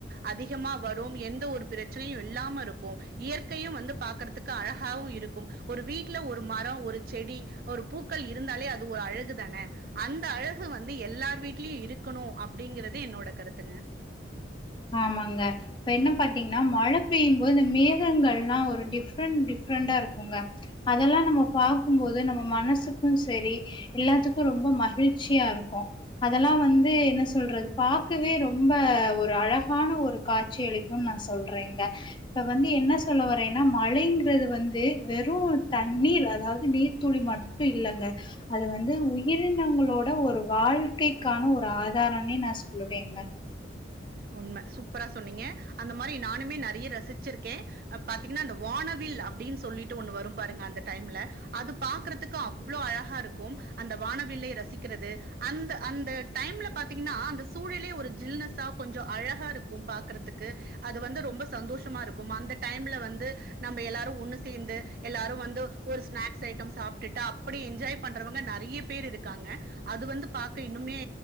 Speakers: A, on the right (about 50°); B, on the left (about 25°).
A: அதிகமா வரும் எந்த ஒரு பிரச்சனையு இல்லாம இருக்கும் இயற்கையு வந்து பாக்குறதுக்கு அழகாவு இருக்கும் ஒரு வீட்டுல ஒரு மரோ ஒரு செடி ஒரு பூக்கள் இருந்தாலே அது ஒரு அழகு தான அந்த அழகு வந்து எல்லார் வீட்லயும் இருக்கணு அப்படிங்கறது என்னோட கருத்துங்க
B: ஆமாங்க இப்ப என்ன பாத்தீங்கன்னா மழ பெய்யும் போது இந்த மேகங்கள்ல்லாம் ஒரு டிஃப்ரெண்ட் டிஃப்ரெண்டா இருக்குங்க அதெல்லாம் நம்ம பாக்கும்போது நம்ம மனசுக்கூ செரி எல்லாத்துக்கும் ரொம்ப மகிழ்ச்சியா இருக்கூ அதெல்லாம் வந்து என்ன சொல்றது பாக்கவே ரொம்ப ஒரு அழகா அழகான ஒரு காட்சியளிக்கும்ன்னு நான் சொல்றேங்க இப்ப வந்து என்ன சொல்ல வரேன்னா மழைங்கிறது வந்து வெறும் தண் ணீர் அதாவது நீர்த்துளி மட்டும் இல்லைங்க அது வந்து உயிரினங்களோட ஒரு வாழ்க்கைக்கான ஒரு ஆதாரம்ன்னே நான் சொல்லுவேங்க
A: உண்ம சூப்பரா சொன்னீங்க அந்த மாரி நானுமே நறைய ரசிச்சிருக்கே பாத்தீங்கன்னா அந்த வானவில் அப்டின்னு சொல்லிட்டு ஒண்ணு வரும் பாருங்க அந்த டைம்ல அது பாக்குறதுக்கு அவ்ளோ அழகா இருக்கும் அந்த வானவில்லை ரசிக்கிறது அந்த அந்த டைம்ல பாத்தீங்கன்னா அந்த சூழலே ஒரு ஜில்னஸ் த கொஞ்சோ அழகா இருக்கும் பாக்கறதுக்கு அது வந்து ரொம்ப சந்தோஷமா இருக்கும் அந்த டைம்ல வந்து நம்ம எல்லாரும் ஒண்ணு சேர்ந்து எல்லாரும் வந்து ஒரு ஸ்நாக்ஸ் ஐட்டம் சாப்பிட்டுட்டு அப்படி என்ஜாய் பண்றவங்க நறைய பேர் இருக்காங்க அது வந்து பாக்க இன்னுமே